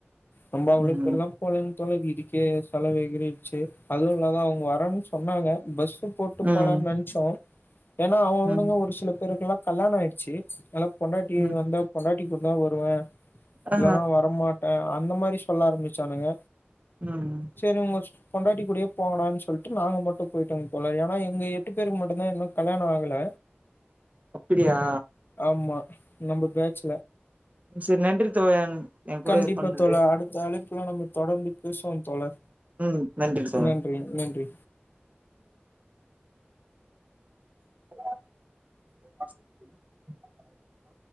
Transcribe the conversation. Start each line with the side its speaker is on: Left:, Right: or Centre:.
Left: நம்ம அவ்ளோக்கெல்லா
Right: உம்
Left: போலங்க தோழர் இதுக்கே செலவுஎகிறிச்சே அதுவும் இல்லாத அவங்க வரன்னு சொன்னாங்க பஸ்ச் போட்டு
Right: ம்
Left: போலான்னு நினைச்சோம் ஏன்னா அவனுங்க
Right: ம்
Left: ஒரு சில பேருக்கல்லாம் கல்யாணம் ஆயிடுச்சு நல்லா பொண்டாட்டி
Right: ம்
Left: வந்தா பொண்டாட்டி கூட தான் வருவேன்
Right: ஆ
Left: இல்லனவரமாட்டேன் அந்த மாதிரி சொல்ல ஆரம்பிச்சானுங்க
Right: ஆஹ்
Left: சரி உங்க பொண்டாட்டி கூடே போகலான்னு சொல்லிட்டு நாங்க மட்டும் போயிட்டாங்க போல ஏன்னா எங்க எட்டு பேருக்கு மட்டும்தான் இன்னும் கல்யாணம் ஆகல
Right: அப்படியா
Left: ஆமா நம்ம பேக்
Right: சரி நன்றி தோழன் என் கூட
Left: கண்டிப்பா
Right: இது பண்ணது
Left: தோழா அடுத்த அழைப்புல நம்ம தொடர்ந்து பேசுவோ தோழா
Right: ம் தோழன்
Left: நன்றி நன்றி
Right: <inaudible>